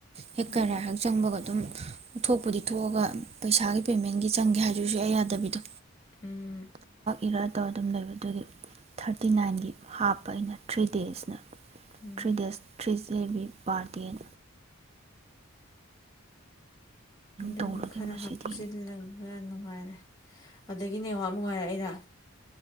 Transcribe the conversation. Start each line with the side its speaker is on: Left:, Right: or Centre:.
Right: ꯍꯦꯛ
Left: ꯎꯝ
Right: ꯈꯔ ꯍꯦꯛ ꯆꯪꯕꯒ ꯑꯗꯨꯝ ꯊꯄꯔꯤ ꯊꯣꯛꯑꯒ ꯄꯩꯁꯥꯒꯤ ꯄꯦꯃꯦꯟꯒꯤ ꯆꯪꯒꯦ ꯍꯥꯏꯗꯨꯁꯨ ꯑꯩ ꯌꯥꯗꯕꯤꯗꯣ
Left: ꯎꯝ
Right: ꯏꯔ ꯇꯧꯔ ꯑꯗꯨꯝ ꯂꯩꯕ ꯑꯗꯨꯗꯤ ꯊꯥꯔꯇꯤ ꯅꯥꯏꯟꯒꯤ ꯍꯥꯞꯄ ꯑꯩꯅ ꯊ꯭ꯔꯤ ꯗꯦꯖꯅ
Left: ꯎꯝ
Right: ꯊ꯭ꯔꯤ ꯗꯦꯁ ꯊ꯭ꯔꯤ ꯀꯦꯕꯤ ꯄꯥꯔꯇꯤꯟ
Left: ꯑꯗꯨꯅꯤ
Right: ꯇꯧꯔꯒꯦ
Left: ꯈꯔ
Right: ꯃꯁꯤꯗꯤ
Left: ꯍꯥꯞꯆꯤꯜꯂꯒ ꯅꯨꯡꯉꯥꯏꯔꯦ ꯑꯗꯒꯤ ꯅꯦꯋꯥꯛ ꯅꯨꯡꯉꯥꯏꯔꯛꯏꯔ